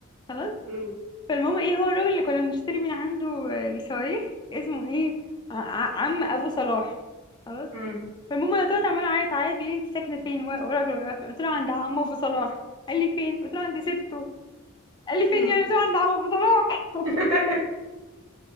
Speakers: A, on the left (about 20°); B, on the right (about 80°).
A: خلاص
B: مم.
A: فالمهم ايه هو الراجل اللي كنا بنشتري من عنده آه، الصواريخ اسمه ايه ع- ع- عم ابو صلاح خلاص
B: مم.
A: فالمهم انا طلعت عماله اعيط عيط بيقول لي انت ساكنه فين و- وراجل وقفني قلت له عند عمه ابو صلاح قال لي فين قلت له عند سته قال لي فين
B: مم.
A: يعني قلت له عند عمه ابو صلاح
B: <laughs>
A: <laughs> ما